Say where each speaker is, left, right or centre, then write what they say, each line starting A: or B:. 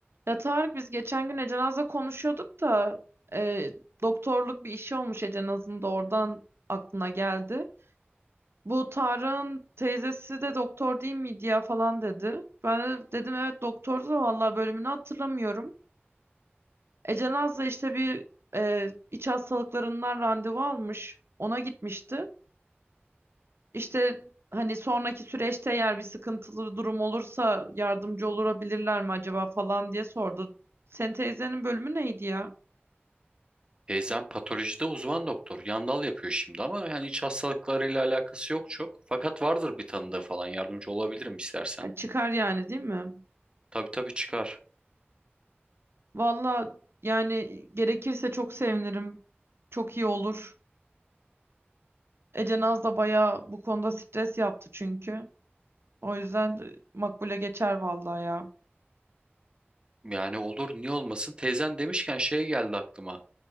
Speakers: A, on the right (about 75°); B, on the right (about 25°).
A: Ya Tarık biz geçen gün Ece Naz'la konuşuyorduk da e, doktorluk bir işi olmuş Ece Naz'ın da oradan aklına geldi. Bu Tarık'ın teyzesi de doktor değil miydi ya falan dedi. Ben de dedim evet doktordu da vallahi bölümünü hatırlamıyorum. Ece Naz da işte bir e, iç hastalıklarından randevu almış. Ona gitmişti. İşte hani sonraki süreçte eğer bir sıkıntılı durum olursa yardımcı olabilirler mi acaba falan diye sordu. Senin teyzenin bölümü neydi ya?
B: Teyzem patolojide uzman doktor. Yandal yapıyor şimdi ama yani iç hastalıklarıyla alakası yok çok. Fakat vardır bir tanıdığı falan yardımcı olabilirim istersen.
A: Yani çıkar yani değil mi?
B: Tabii tabii çıkar.
A: Valla yani gerekirse çok sevinirim. Çok iyi olur. Ece Naz da bayağı bu konuda stres yaptı çünkü. O yüzden de makbule geçer vallahi ya.
B: Yani olur niye olmasın. Teyzen demişken şey geldi aklıma.